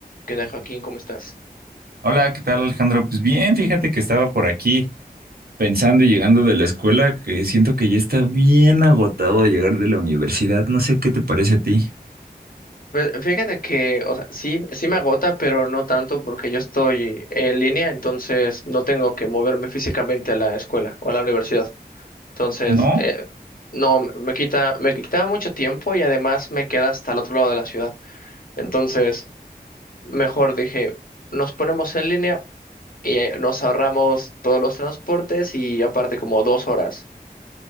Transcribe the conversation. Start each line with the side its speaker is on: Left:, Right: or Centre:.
Left: ¿Qué onda, Joaquín? ¿Cómo estás?
Right: Hola, ¿qué tal Alejandro? Pues bien, fíjate que estaba por aquí pensando y llegando de la escuela que siento que ya está bien agotado llegar de la universidad. No sé qué te parece a ti.
Left: Pues, Fíjate que, o sea, sí, sí me agota, pero no tanto porque yo estoy en línea, entonces no tengo que moverme físicamente a la escuela o a la universidad. Entonces,
Right: ¿No?
Left: eh, no, me quita, me quitaba mucho tiempo y además me queda hasta el otro lado de la ciudad. Entonces, mejor dije, nos ponemos en línea y eh, nos ahorramos todos los transportes y aparte como dos horas